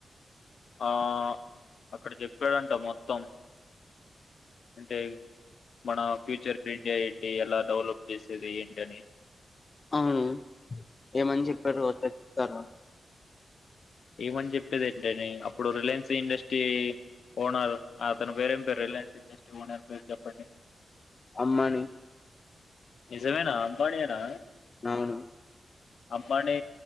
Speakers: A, on the left (about 70°); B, on the left (about 40°).
A: ఆ అక్కడ చెప్పాడంట మొత్తం అంటే మన ఫ్యూచర్ ఇండియా ఏంటి ఎలా డెవలప్ చేసేది ఏంటని
B: అవును ఏమని చెప్పారు. ఓసారి చెప్తారా
A: ఏమని చెప్పేది. ఏంటని అప్పుడు రిలయన్స్ ఇండస్ట్రీ ఓనర్ అతను పేరేం పేరు రిలయన్స్ ఇండస్ట్రీ ఓనర్ పేరు చెప్పండి.
B: అమ్మాని
A: నిజమేనా అంబానీ నేనా
B: అవును
A: అంబాని